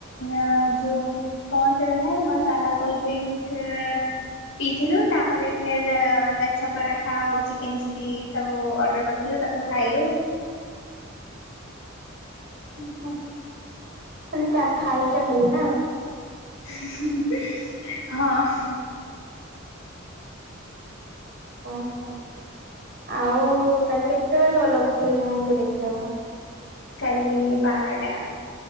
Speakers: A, on the left; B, on the right.
A: ଅଁ ଯୋଉ କଣ ସେଇଟା ଥାଏ ମସଲା କୋଲଡଡ୍ରିଙ୍କ୍ସ୍। ପିଇଥିଲୁ ତାପରେ ଫେର୍ ଲଚ୍ଛା ପରାଠା ଆଉ ଚିକେନ୍ ଚିଲି ସବୁ ଅର୍ଡ଼ର କରିଥିଲୁ। ତାକୁ ଖାଇଲୁ।
B: ଓହୋ ମୁଁ କହିଲି କା ଖାଇଚ ଖାଲି ନା।
A: ହଁ
B: ଓହୋ ଆଉ କାଲି କେତେବେଳେ ଗଲ ଫିଲ୍ମ ମୁଭି ଦେଖିବାକୁ।
A: କାଲି ବାରଟା